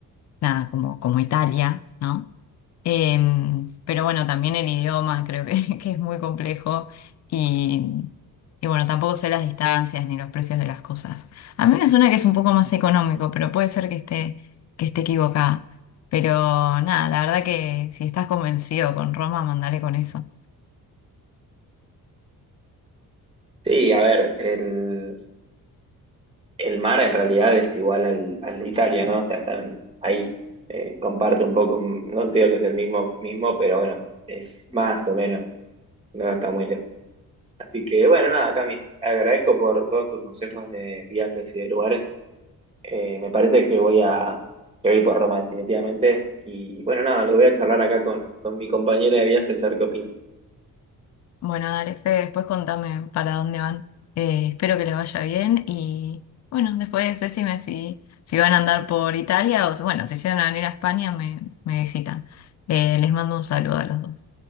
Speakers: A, on the left; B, on the right.
A: nada, como, como Italia, ¿no? Em, pero bueno, también el idioma creo que, <laughs> que es muy complejo y, y bueno, tampoco sé las distancias ni los precios de las cosas. A mí me suena que es un poco más económico, pero puede ser que esté, que esté equivocada. Pero nada, la verdad que si estás convencido con Roma, mandale con eso.
B: Sí, a ver, el, el mar en realidad es igual al, al de Italia, ¿no? O sea, están ahí, eh, comparte un poco, no te digo que es el mismo, mismo, pero bueno, es más o menos, no está muy lejos. Así que bueno, nada, Cami, agradezco por todos tus consejos de viajes y de lugares. Eh, me parece que voy a, que voy a ir por Roma definitivamente. Y bueno, nada, lo voy a charlar acá con, con mi compañera de viajes a ver qué opina.
A: Bueno, dale, Fede, después contame para dónde van. Eh, espero que les vaya bien y bueno, después decime si, si van a andar por Italia o si- bueno, si llegan a venir a España me, me visitan. Eh, les mando un saludo a los dos.